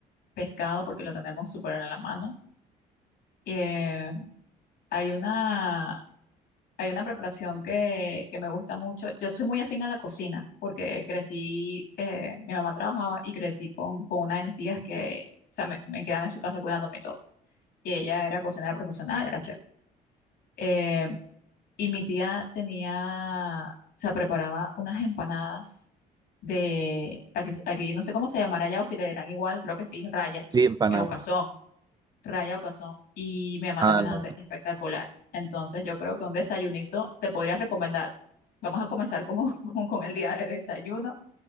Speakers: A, on the left; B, on the right.
A: pescado porque lo tenemos súper a la mano. Eh, hay una Hay una preparación que, que me gusta mucho. Yo estoy muy afín a la cocina porque crecí, eh, mi mamá trabajaba y crecí con, con una de mis tías que, o sea, me, me quedaba en su casa cuidándome y todo. Y ella era cocinera profesional, era chef. Eh, y mi tía tenía, o sea, preparaba unas empanadas de, aquí, aquí no sé cómo se llamará allá o si le dirán igual, creo que sí, raya
B: Sí, empanadas.
A: eh, o cazón raya o cazón y mi mamá
B: Ah,
A: también
B: no.
A: las hace espectaculares. Entonces yo creo que un desayunito te podría recomendar. Vamos a comenzar como, <laughs> como con el día de desayuno.